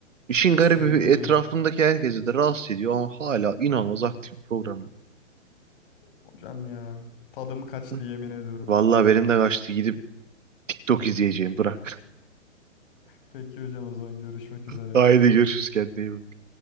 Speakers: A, on the right; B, on the left.
A: İşin
B: Hiç
A: garibi
B: sevmem
A: etrafındaki
B: yani.
A: herkesi de rahatsız ediyor ama hala inanılmaz aktif bir program.
B: Hocam ya. Tadım kaçtı
A: Hı.
B: yemin ediyorum.
A: Vallahi benim de kaçtı. Gidip TikTok izleyeceğim. Bırak.
B: Peki hocam o zaman görüşmek
A: <laughs>
B: üzere.
A: Haydi görüşürüz kendine iyi bak.